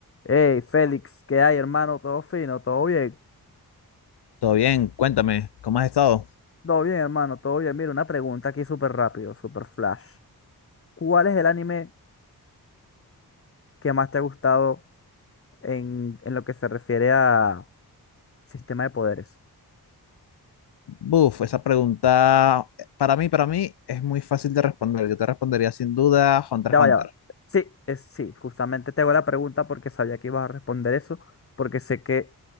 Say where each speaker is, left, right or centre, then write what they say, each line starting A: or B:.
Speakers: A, on the left (about 35°); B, on the left (about 85°).
A: Hey, Félix, ¿qué hay, hermano? ¿Todo fino? ¿Todo bien?
B: Todo bien, cuéntame, ¿cómo has estado?
A: Todo bien, hermano, todo bien. Mira, una pregunta aquí súper rápido, súper flash. ¿Cuál es el anime que más te ha gustado en, en lo que se refiere a sistema de poderes?
B: Buf, esa pregunta para mí, para mí es muy fácil de responder. Yo te respondería sin duda Hunter
A: Ya
B: x
A: va,
B: Hunter.
A: ya va. Sí, es, sí, justamente te hago la pregunta porque sabía que ibas a responder eso, porque sé que